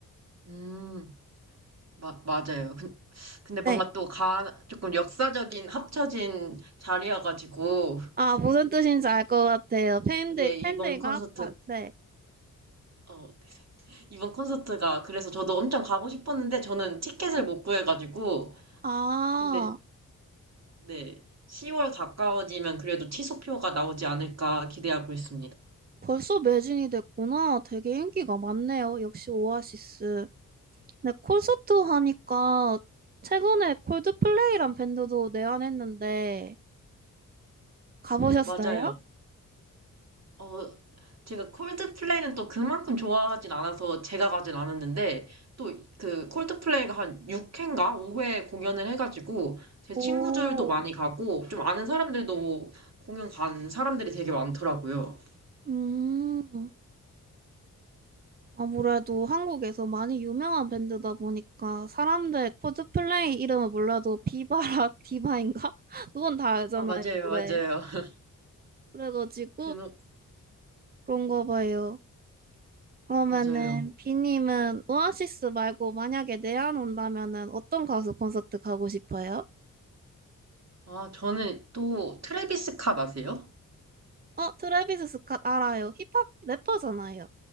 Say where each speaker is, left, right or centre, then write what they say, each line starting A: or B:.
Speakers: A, on the right; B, on the right.
A: 음, 마, 맞아요. 근, 근데 뭔가
B: 네.
A: 또 가, 조금 역사적인 합쳐진 자리여가지고,
B: 아, 무슨 뜻인지
A: 이,
B: 알 것 같아요. 팬들,
A: 네,
B: 팬들과,
A: 이번 콘서트,
B: 가- 네.
A: 어, 이번 콘서트가, 그래서 저도 엄청 가고 싶었는데, 저는 티켓을 못 구해가지고,
B: 아,
A: 근데, 네, 10월 가까워지면 그래도 취소표가 나오지 않을까 기대하고 있습니다.
B: 벌써 매진이 됐구나. 되게 인기가 많네요. 역시 오아시스. 네, 콘서트 하니까 최근에 콜드플레이란 밴드도 내한했는데 가보셨어요?
A: 어, 맞아요. 어, 제가 콜드플레이는 또 그만큼 좋아하진 않아서 제가 가진 않았는데, 또 그 콜드플레이가 한 6회인가 5회 공연을 해가지고, 제
B: 오,
A: 친구들도 많이 가고, 좀 아는 사람들도 공연 간 사람들이 되게 많더라고요.
B: 음, 아무래도 한국에서 많이 유명한 밴드다 보니까 사람들 콜드플레이 이름을 몰라도 비바라 <laughs> 디바인가? 그건 다 알잖아요,
A: 아, 맞아요,
B: 노래.
A: 맞아요. <laughs>
B: 그래가지고
A: 그, 노-
B: 그런가 봐요. 그러면은
A: 맞아요.
B: 비님은 오아시스 말고 만약에 내한 온다면은 어떤 가수 콘서트 가고 싶어요?
A: 아, 저는 또 트래비스 캇 아세요?
B: 어, 트래비스 스캇 알아요. 힙합 래퍼잖아요.